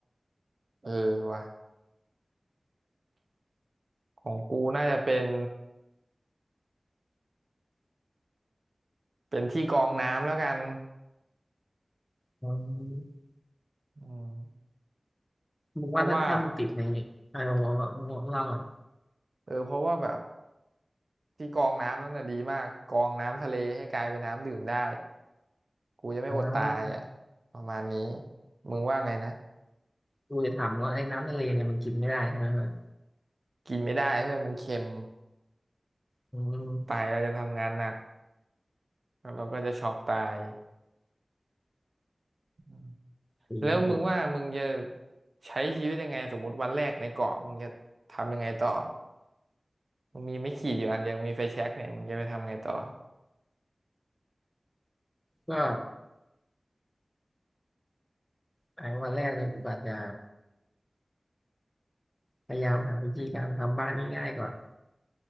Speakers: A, on the right (about 70°); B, on the left (about 15°).
A: เออว่ะของกูน่าจะเป็นเป็นที่กรองน้ำแล้วกัน
B: อืม
A: อืม
B: มึงว่าถ้าถ้ามันติดใน
A: เพราะว่า
B: เออหัวแบบหัวเราอ่ะ
A: เออเพราะว่าแบบ ที่กรองน้ำนั่นน่ะดีมากกรองน้ำทะเลให้กลายเป็นน้ำดื่มได้กูจะไม่อดตายอ่ะ
B: อ๋อ
A: ประมาณนี้มึงว่าไงนะ
B: กูจะถามว่าไอ้น้ำทะเลเนี่ยมันกินไม่ได้ใช่ไหมมัน
A: กินไม่ได้เพื่อนมันเค็ม
B: อืม
A: ตายเราจะทำงานหนักแล้วเราก็จะช็อกตายอืม
B: จริงจริง
A: แล้วมึงว่ามึงจะใช้ชีวิตยังไงสมมติวันแรกในเกาะมึงจะทำยังไงต่อมึงมีไม่ขีดอยู่อันเดียวมีไฟแช็กเนี่ยมึงจะไปทำไงต่อ
B: ก็ไอ้วันแรกเลยบัดจะพยายามหาวิธีการทำบ้านง่ายๆก่อน